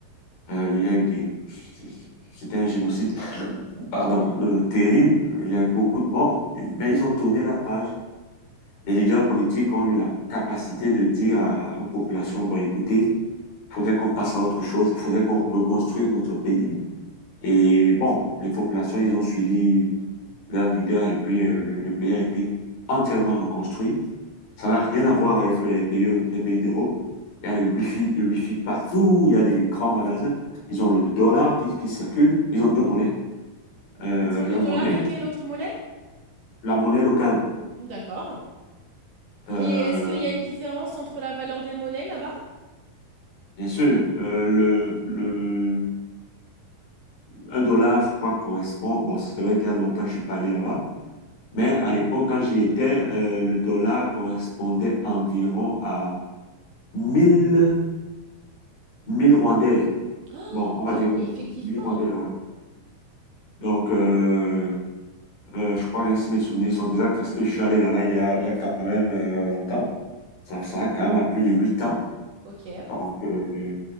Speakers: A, on the left; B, on the right.
A: Euh, il y a eu des, c'était un génocide, pardon, euh, terrible. Il y a eu beaucoup de morts. Mais ils ont tourné la page. Les leaders politiques ont eu la capacité de dire à- aux populations, bon, écoutez, il faudrait qu'on passe à autre chose, il faudrait qu'on reconstruise notre pays. Et bon, les populations, ils ont suivi leur leader, et puis euh, le, le pays a été entièrement reconstruit. Ça n'a rien à voir avec les pays, les pays d'Europe. Il y a le wifi, le wifi partout, il y a des grands magasins. Ils ont le dollar qui, qui circule. Ils ont deux monnaies. Euh,
B: Ils ont
A: leur
B: le dollar
A: monnaie,
B: et quelle autre monnaie
A: la monnaie locale.
B: D'accord.
A: Euh,
B: Et est-ce qu'il y a une différence entre la valeur des monnaies là-bas
A: bien sûr, euh, le, le, un dollar, je crois, correspond. Bon, c'est vrai qu'il y a longtemps que je ne suis pas allé là-bas, mais à l'époque, quand j'y étais, euh, le dollar correspondait environ à 1000 1000 Rwandais.
B: Oh!
A: Bon, on va
B: Ah
A: dire
B: oui, effectivement.
A: 1000 rondelles, ouais. Donc, euh, euh, je crois ainsi mes souvenirs sont exacts parce que je suis allé là-bas il y a, il y a quand même euh, longtemps. Ça, ça a quand même à plus de 8 ans.
B: Ok.
A: Donc, euh,